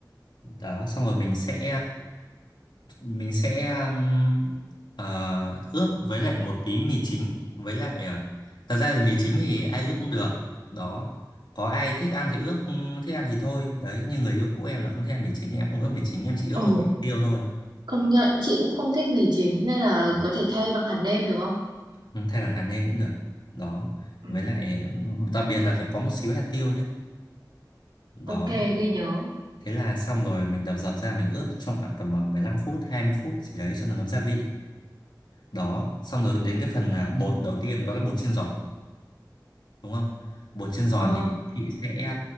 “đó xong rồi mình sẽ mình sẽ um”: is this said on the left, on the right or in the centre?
Left